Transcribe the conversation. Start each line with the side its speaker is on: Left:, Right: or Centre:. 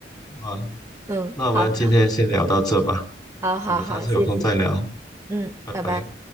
Left: 啊，
Right: 嗯，
Left: 那我们今天先聊到这吧，
Right: 好的，好好好，
Left: 我们下次有空再聊，
Right: 谢谢。嗯，
Left: 拜拜。
Right: 拜拜。